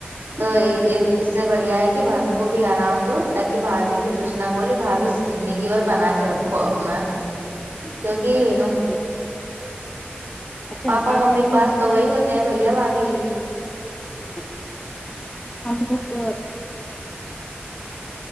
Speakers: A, on the right (about 65°); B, on the left (about 20°).
A: تو اس سے بڑھیا ہے کہ بھابھی کو بھی آرام دو تاکہ بھابھی بھی کچھ نا بولے بھابھی سے زندگی بھر بنا کے رکھو اپنا
B: بالکل
A: کیونکہ
B: صحیح
A: ام
B: کیا اچھا
A: پاپا
B: اب
A: ممی
B: ہم
A: کی
B: لوگ
A: بعد
B: جو
A: تو
B: ہیں
A: وہی ہوتی بھیاں بھابھی
B: ہم ہم لوگ